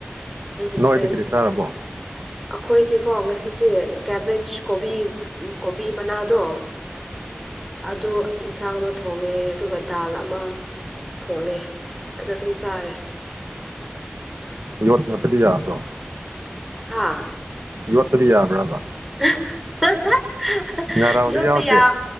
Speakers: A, in the centre; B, on the right.
A: ꯑꯩꯒꯤ
B: ꯅꯣꯏꯗꯤ
A: ꯐ꯭ꯔꯦꯟꯁꯤꯡꯕꯨ
B: ꯀꯔꯤ ꯆꯥꯔꯕꯣ꯫
A: ꯑꯩꯈꯣꯏꯗꯤꯀꯣ ꯉꯁꯤꯁꯦ ꯀꯦꯕꯦꯖ ꯀꯣꯕꯤ꯫ ꯎꯝ ꯀꯣꯕꯤ ꯃꯅꯥꯗꯣ ꯑꯗꯨ ꯏꯟꯁꯥꯡ ꯑꯃ ꯊꯣꯡꯉꯦ ꯑꯗꯨꯒ ꯗꯥꯜ ꯑꯃ ꯊꯣꯡꯉꯦ ꯑꯗ ꯑꯗꯨꯝ ꯆꯥꯔꯦ
B: ꯌꯣꯠ ꯉꯛꯇꯗꯤ ꯌꯥꯕ꯭ꯔꯣ
A: ꯍꯥꯥ꯫
B: ꯌꯣꯠꯄꯗꯤ ꯌꯥꯕ꯭ꯔꯥꯕ꯫
A: <unintelligible>
B: ꯉꯥꯔꯧꯗꯤ
A: ꯌꯣꯇꯄ
B: ꯌꯥꯎꯗꯦ
A: ꯌꯥ